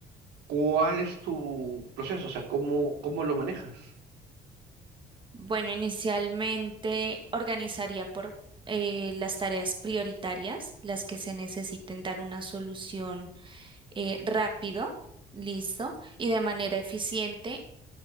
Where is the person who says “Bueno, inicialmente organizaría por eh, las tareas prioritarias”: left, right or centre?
Right